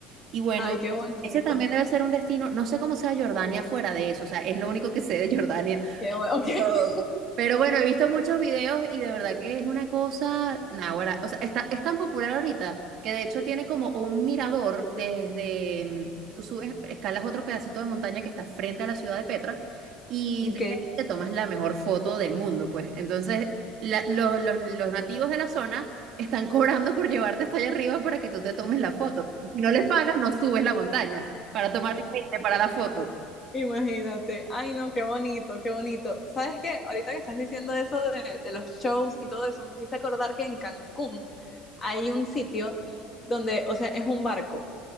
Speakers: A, on the right; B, on the left.
A: Y bueno,
B: ay, qué bonito.
A: ese también debe ser un destino, no sé cómo sea Jordania fuera de eso, o sea, es lo único que sé de Jordania,
B: Qué bueno,
A: de
B: ok. <laughs>
A: todo. Pero bueno, he visto muchos videos y de verdad que es una cosa, náguara, o sea, está, es tan popular ahorita que de hecho tiene como un mirador desde, mm, tú subes, escalas otro pedacito de montaña que está frente a la ciudad de Petra y
B: Ok.
A: desde ahí te tomas la mejor foto del mundo, pues. Entonces, la- los, los- los nativos de la zona están cobrando por llevarte hasta allá arriba para que tú te tomes la foto. Si no les pagas, no subes la montaña para tomarte para la foto.
B: Imagínate. Ay, no, qué bonito, qué bonito. ¿Sabes qué? Ahorita que estás diciendo eso de, de los shows y todo eso, me hiciste acordar que en Cancún hay un sitio donde, o sea, es un barco.